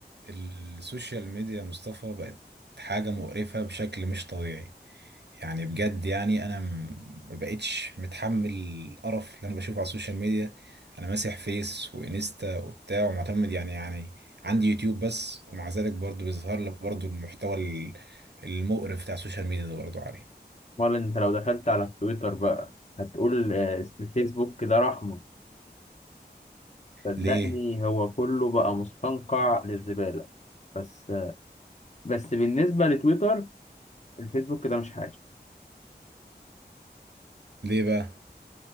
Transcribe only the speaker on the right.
السوشيال ميديا يا مصطفى بقت حاجة مقرفة بشكل مش طبيعي يعني بجد يعني انا م- ما بقتش متحمل القرف اللي انا بشوفه على السوشيال ميديا انا ماسح فيس وانستا وبتاع ومعتمد يعني يعني عندي يوتيوب بس ومع ذلك برضو بيظهر لي برضو المحتوى ال- المقرف بتاع السوشيال ميديا ده برضو عليه
ليه
ليه بقى